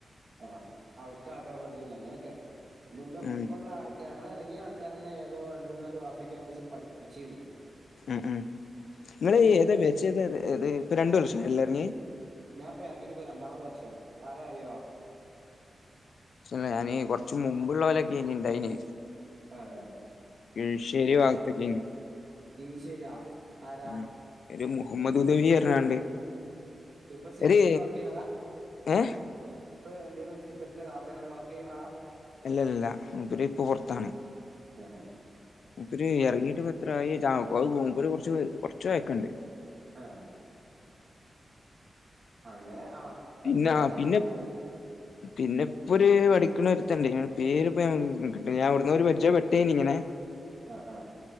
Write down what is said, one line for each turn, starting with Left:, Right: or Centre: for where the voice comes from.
Right: ആഹ് ആഹ് അവിടുത്തെ ആൾക്കാരെ പരിചയണ്ടാ അങ്ങനൊക്കെ നിന്റെ ഒപ്പുള്ള
Left: ഉം
Right: ആൾക്ക ഞങ്ങള ഇറങ്ങിയ ആൾക്കാരന്നെ ഏതോ രണ്ട് മൂന്നാല് വാഫി ക്യാമ്പസിൽ പിഠിപ്പിച്ചിന്ന്
Left: ഉം ഉം നിങ്ങൾ
Right: അറിയില്ല
Left: ഏതാ ബെച്താ ഇപ്പ രണ്ടു വർഷ ആല്ല ഇറങ്ങി
Right: ഞാൻ ഇപ്പ ഇറങ്ങിട്ട് പ്പ രണ്ടാമത്തെ വർഷം ആരേ അറിയോ
Left: ച് ഞാന് കുറച്ച് മുമ്പുള്ള ലൊക്കെന്നി ഇണ്ടയിന്
Right: ആഹ്
Left: കിശേരി ഭാഗത്തേക്കെന്നു
Right: കിശേരിയാ ആരാ
Left: ഉം ഒരു മുഹമ്മദ് ഉദവി പറഞ്ഞാണ്ട്
Right: ഇപ്പൊ സി
Left: ഒരു
Right: പറ്റില് വർക്ക് ചെയ്യണതാ
Left: ഏഹ്
Right: ഇപ്പ എന്തേലും സി പറ്റില്ല ദാറുൽ ഹുദയിലെ വർക്ക് ചെയ്യുന്ന ആളാ
Left: അല്ല അല്ല മൂപ്പര് ഇപ്പൊ പോറത്താണ്
Right: ഹഹ.
Left: മൂപ്പര് എറങ്ങിട്ട് പ്പ യെത്രായി ച്ചാ ആ അത് മൂപ്പര് കൊറച്ച് കൊറച്ച് പയക്കണ്ട്.
Right: ആഹ് അങ്ങനെ ആഹ് കൊഴപ്പല്ല
Left: പിന്നെ ആ
Right: അങ്ങനെ
Left: പിന്നെ.
Right: പോണ്
Left: പിന്നെ ഇപ്പോരു പഠിക്കണ ഒരുത്തണ്ട് പേര്പ്പഞാൻ കിട്ന്നില്ല ഞാൻ ഓടന്നെ പരിചയംപ്പെട്ടേനി ഇങ്ങനെ. ഉം..
Right: ആഹ് ആഹ്.